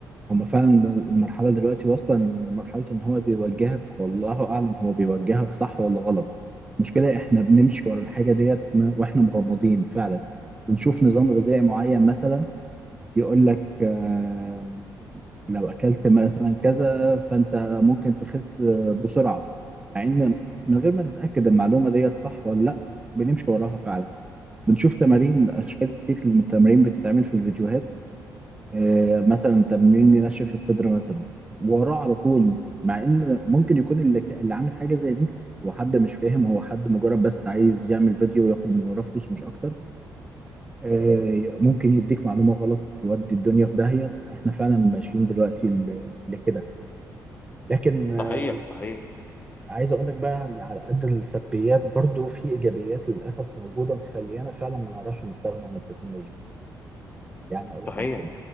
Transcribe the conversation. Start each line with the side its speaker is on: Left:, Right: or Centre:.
Right: هما فعلا المرحلة دلوقتي واصلة لمرحلة إن هو بيوجهك والله أعلم هو بيوجهك صح ولا غلط المشكلة إحنا بنمشي ورا الحاجة ديت ما- وإحنا مغمضين فعلا بنشوف نظام غذائي معين مثلا يقول لك آه لو أكلت مثلا كذا فأنت ممكن تخس آه، بسرعة مع إن من غير ما نتأكد المعلومة ديت صح ولا لأ بنمشي وراها فعلا بنشوف تمارين أشكال كتير من التمارين بتتعمل في الفيديوهات آه، مثلا تمرين ينشف الصدر مثلا وراه على طول مع ان ممكن يكون اللي اللي عامل حاجه زي دي هو حد مش فاهم هو حد مجرد بس عايز يعمل فيديو وياخد من وراه فلوس مش اكتر آه، ممكن يديك معلومه غلط تودي الدنيا في داهيه احنا فعلا ماشيين دلوقتي ل- لكده لكن آه،
Left: صحيح صحيح
Right: عايز اقول لك بقى ان على قد السلبيات برضو في ايجابيات للاسف موجوده مخليانا فعلا ما نعرفش نستغنى عن التكنولوجيا يعني اقول لك
Left: صحيح
Right: على حاجه